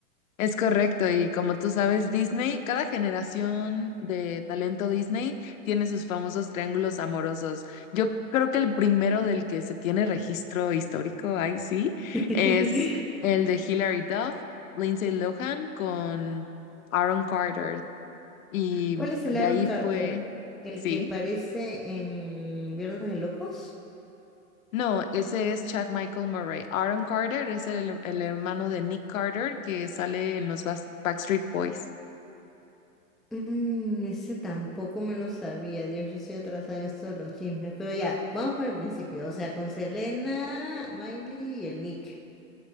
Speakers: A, on the left (about 60°); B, in the centre.
A: Es correcto, y como tú sabes, Disney, cada generación de talento Disney tiene sus famosos triángulos amorosos. Yo creo que el primero del que se tiene registro histórico, ahí sí,
B: <laughs>
A: es el de Hilary Duff, Lindsay Lohan con Aaron Carter. Y
B: ¿Cuál es el
A: de
B: Aaron
A: ahí
B: Carter?
A: fue,
B: ¿El
A: sí,
B: que parece en Viernes de Locos?
A: no, ese es Chad Michael Murray. Aaron Carter es el, el hermano de Nick Carter que sale en los Bas- Backstreet Boys.
B: Mm, ese tampoco me lo sabía, Dios, yo estoy atrasada en esto de los chismes, pero ya, vamos por el principio, o sea, con Selena, Miley y el Nick.